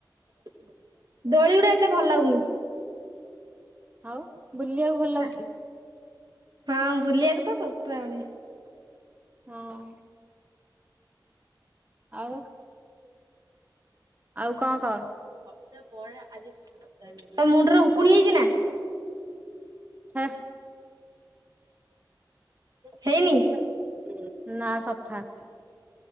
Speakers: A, on the right; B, on the right.
A: <inaudible> ଦୋଳି ଗୁଡା ଏତେ ଭଲ ଲାଗୁନି।
B: ଆଉ? ବୁଲିବାକୁ ଭଲ
A: ନା
B: ଲାଗୁଚି?
A: ହଁ ବୁଲିବାକୁ ତ। <unintelligible>
B: ହଁ। ଆଉ ଆଉ କଅଁ କଅ?
A: ର୍ଷେ ପରେ ଆଜି ତୋ ମୁଣ୍ଡରେ ଉଙ୍କୁଣି ହେଇଚି ନା? <inaudible>
B: ହେ
A: ହେଇନି
B: <inaudible> ନା ସଫା। <inaudible>